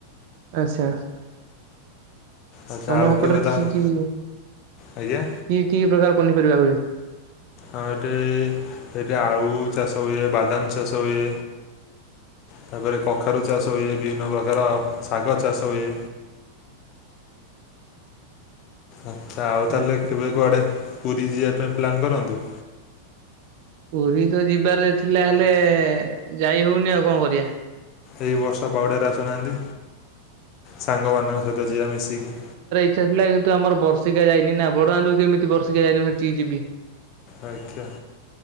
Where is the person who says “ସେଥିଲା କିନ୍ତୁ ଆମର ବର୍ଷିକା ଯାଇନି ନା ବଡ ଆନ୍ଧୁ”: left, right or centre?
Right